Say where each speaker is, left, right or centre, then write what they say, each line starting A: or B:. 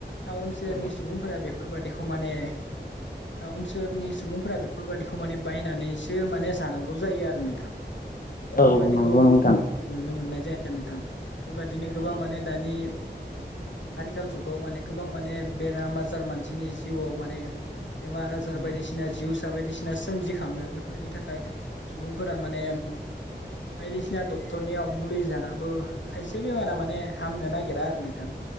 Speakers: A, on the left (about 85°); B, on the left (about 50°).
A: टाउन सोहोरनि
B: औ
A: सुबुंफोरा बेफोरबादिख खौ माने टाउन सोहोरनि सुबुंफोरा बेफोरबायदिखौ माने बायनानैसो माने जानांगौ जायो आरो नों थां। बेफोरबादिखौ
B: औ नंगौ नोंथां
A: नुनो मोननाय जाया। ओ नोंथां। बेफोरबादिनो गोबां
B: औ
A: माने दानि आथिखाल जुगाव माने गोबां माने बेराम आजार मानसिनि जिउआव माने बेमार आजार
B: औ
A: बायदिसिना जिउस सा बायदिसिना सोमजिखाङो बेफोरनि थाखाय सुबुं फोरा माने बायदिसिना डक्टरनियाव मुलि जानाबो खायसे बेमारा माने हामनो नागिरा आरो नोंथां।